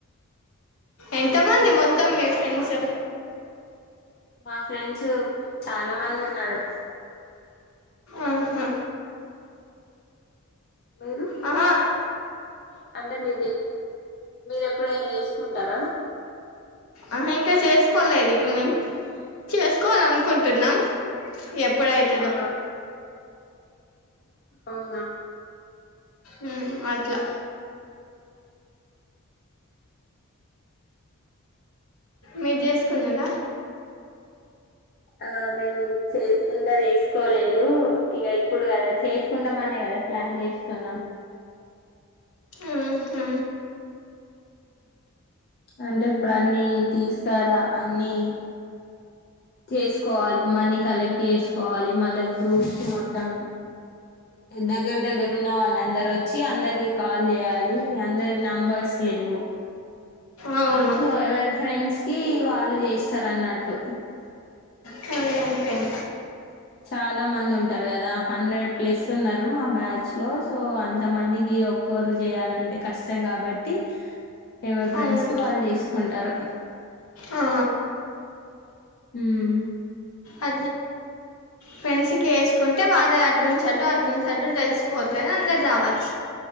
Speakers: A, on the left; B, on the left.
A: ఎంతమంది మొత్తం మీ ఫ్రెండ్స్
B: మా ఫ్రెండ్స్ చాలా మంది ఉన్నారు
A: ఆహా
B: మీరు
A: అహ <inaudible>
B: అంటే మీది మీరు ఎప్పుడైనా ఏసుకుంటారా
A: అహ ఇంకా చేస్కోలేదు ఇగ మేం చేసుకోవాల అనుకుంటున్నాం ఎప్పుడ్ అయితదో
B: ఆ అవునా
A: ఉం అట్లా మీరు చేసుకున్నారా
B: ఆ మేము చే ఇంకా చేసుకోలేదు ఇక ఇప్పుడు కదా చేసుకుంటాం అనే కదా ప్లాన్ చేస్తున్నాం
A: ఉహు
B: అంటే ఇప్పుడు అన్నిీ తీసుకారా అన్నిీ చేసుకోవాలి మనీ క అలెక్ వేసుకోవాలి మళ్ళ గ్రూప్స్ మొత్తం దగ్గర దగ్గర ఉన్న వాళ్ళు అంద వచ్చి అందరికి కాల్ చేయాలి అందరి నంబర్ లేవు
A: అవును
B: సో ఎవరి ఫ్రెండ్స్ కి వాళ్ళు చేస్తారు అన్నట్టు
A: పేం
B: చాలా మంది ఉంటారు కదా హండ్రెడ్ ప్లస్ ఉన్నారు మా బ్యాచ్ లో సో అంత మందికి ఒక్కరు చేయాలంటే కష్టం కాబట్టి ఎవరు ఫ్రెండ్స్కి
A: అవును
B: వాళ్ళు తీసుకుంటారు
A: ఆ
B: హ్మ్మ్
A: అ ఫెంస్కి వేసుకుంటే వాళ్ళ అడ్ంచడు అటు నుంచి అటు తెలిసిపోతుారు అందరు రావచ్చు